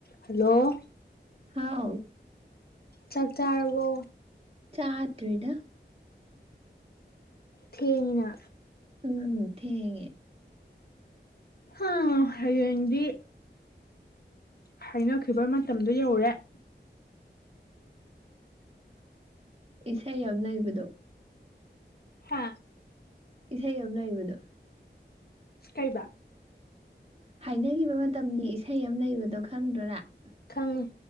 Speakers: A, on the left; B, on the right.
A: hello
B: ꯍꯥꯎ
A: ꯆꯥꯛ ꯆꯥꯔꯕꯣ
B: ꯆꯥꯗ꯭ꯔꯤꯗ
A: ꯊꯦꯡꯉꯤꯅ
B: ꯎꯝ ꯊꯦꯡꯉꯦ
A: ꯍꯥ ꯍꯌꯦꯡꯗꯤ ꯍꯥꯏꯅꯈꯤꯕ ꯃꯇꯝꯗꯨ ꯌꯧꯔꯦ
B: ꯏꯁꯩ ꯑꯝ ꯂꯩꯕꯗꯣ
A: ꯍꯥ
B: ꯏꯁꯩ ꯑꯝ ꯂꯩꯕꯗꯣ
A: ꯀꯩꯕ
B: ꯍꯥꯏꯅꯒꯤꯕ ꯃꯇꯝꯒꯤ ꯏꯁꯩ ꯑꯃ ꯂꯩꯕꯗꯣ ꯈꯪꯗꯔꯥ ꯅꯪ
A: ꯈꯪꯉꯤ